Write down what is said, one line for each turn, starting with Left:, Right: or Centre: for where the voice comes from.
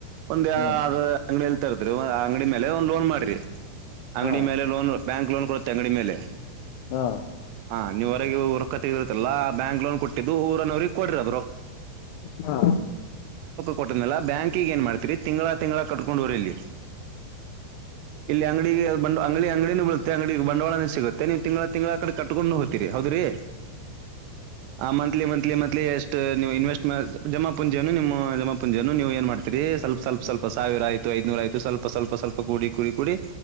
Right: ಒಂದ್ ಯ್
Left: ಹ್ಮ್
Right: ಅಂಗಡಿ ಎತ ಇರ್ದಿ ಅಂಗಡಿ ಮೇಲೆ ಒಂದ್ ಲೋನ್ ಮಾಡ್ರಿ ಅಂಗಡಿ
Left: ಹಾ
Right: ಮೇಲೆ ಲೋನ್ ಬ್ಯಾಂಕ್ ಲೋನ್ ಕೊಡುತ್ತೆ ಅಂಗಡಿ ಮೇಲೆ
Left: ಹಾ
Right: ಹಾ ನೀವರೆಗೆರುಕ್ಕ ತಗಿರತ್ತಲ್ಲ ಬ್ಯಾಂಕ್ ಲೋನ್ ಕೊಟ್ಟಿದ್ದು ಊರನ್ನವ್ರಿಗೆ ಕೊಡಿರದು
Left: ಹಾ
Right: ಕೊಟ್ಟನಲ್ಲ ಬ್ಯಾಂಕಿಗ್ ಏನ್ ಮಾಡ್ತತಿರಿ ತಿಂಗಳಾ ತಿಂಗಳ ಕಟ್ಕೊಂಡ ಹೂರಿ ಇಲ್ಲಿ ಇಲ್ಲಿ ಅಂಗಡಿಗೆ ಅಂಗಡಿ ಅಂಗಡಿನ ಬಳುತ್ತ ಅಂಗಡಿಗೆ ಬಂಡವಾಳಾನೇ ಸಿಗುತ್ತೆ ನೀವು ತಿಂಗಳ ತಿಂಗಳ ಕಡೆ ಕಟ್ಕೊಂಡು ಹೋತಿರಿ ಹೌದ್ರಿ ಆ ಮ ಮಂತ್ಲಿ ಮಂತ್ಲಿ ಎಷ್ಟು ನೀವು ಇನ್ವೆಸ್ಟ್ ಜಮ ಪುಂಜನ್ನು ನಿಮ್ಮ ಜಮಾ ಪುಂಜಿಯನ್ನು ನೀವು ಏನ್ ಮಾಡ್ತೀರಿವಲ್ಪವಲ್ಪ ಸ್ವಲ್ ಸಾವಿ ಆಯತುಐನೂರ ಸ್ವಲ್ಪ ಸ್ವಲ್ಪ ಸ್ವಲ್ಪ ಕೂಡಿ ಕೂಡಿ ಕೂಡಿ